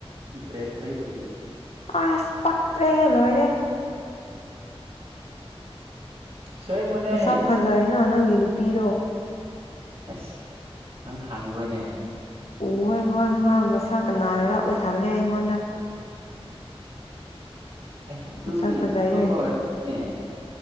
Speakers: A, on the right (about 65°); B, on the left (about 80°).
A: ꯏꯟꯇꯔꯦꯁ ꯂꯥꯛ ꯇꯧꯕ
B: ꯑꯁ ꯄꯛꯇ꯭ꯔꯦꯍꯦ ꯂꯣꯏꯔꯦ
A: ꯑꯁꯦꯡꯕꯅꯦ
B: ꯃꯁꯛ ꯐꯖꯩꯌꯦꯅ ꯅꯪꯒꯤ ꯅꯨꯄꯤꯗꯣ
A: ꯍꯩꯁ ꯅꯪ ꯈꯪꯕ꯭ꯔꯥꯅꯦ
B: ꯎꯋꯦ ꯍꯣꯏ ꯃꯥ ꯃꯁꯥ ꯀꯅꯥꯔꯔ ꯎꯠꯍꯜꯂꯦ ꯑꯩꯉꯣꯟꯗ
A: ꯑꯦ ꯑꯗꯨꯗꯤ
B: ꯃꯁꯛ ꯐꯖꯩꯌꯦ
A: ꯑꯇꯣꯞꯄ ꯑꯣꯏꯅꯤ